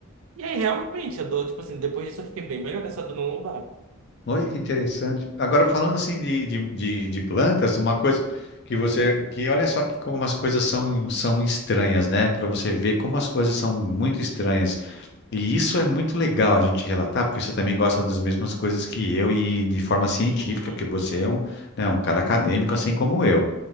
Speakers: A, on the right; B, on the left.
A: E aí realmente, eu dou, tipo assim, depois disso eu fiquei bem melhor dessa dona não dá.
B: olha que interessante. Agora, falando assim de, de, de, de plantas, uma coisa que você, que olha só que como as coisas são, são estranhas, né? Para você ver como as coisas são muito estranhas. E isso é muito legal a gente relatar, porque você também gosta das mesmas coisas que eu e de forma científica,
A: Uhum,
B: porque você é um, né, um cara acadêmico, assim como eu.